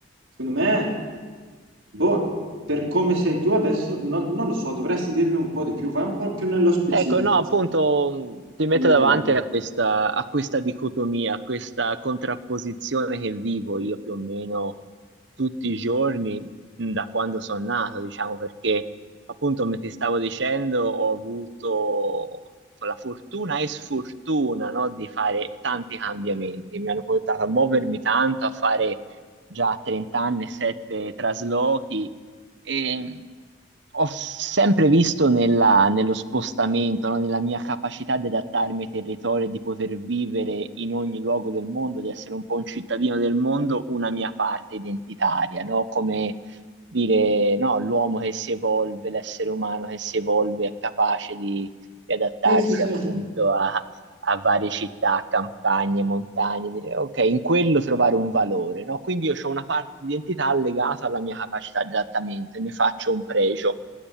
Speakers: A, on the right (about 85°); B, on the right (about 65°).
A: secondo me, boh, per come sei tu adesso, no- non lo so, dovresti dirmi un po' di più, vai un po' più nello specifico
B: Ecco, no, appunto
A: su
B: mh, ti metto
A: di
B: davanti
A: te.
B: a questa, a questa dicotomia, a questa contrapposizione che vivo io più o meno tutti i giorni mh, da quando sono nato, diciamo, perché appunto come ti stavo dicendo ho avuto la fortuna e sfortuna, no, di fare tanti cambiamenti, mi hanno portato a muovermi tanto, a fare già a 30 anni sette traslochi. E ho sempre visto nella- nello spostamento, no? Nella mia capacità di adattarmi ai territori, e di poter vivere in ogni luogo del mondo, di essere un po' un cittadino del mondo, una mia parte identitaria, no? Come dire, no, l'uomo che si evolve, l'essere umano che si evolve è capace di, di adattarsi
A: Sì, sì, sì,
B: appunto a, a varie città, campagne, montagne, dire ok, in quello trovare un valore, no? Quindi io ho una parte di identità legata alla mia capacità di adattamento e ne faccio un pregio.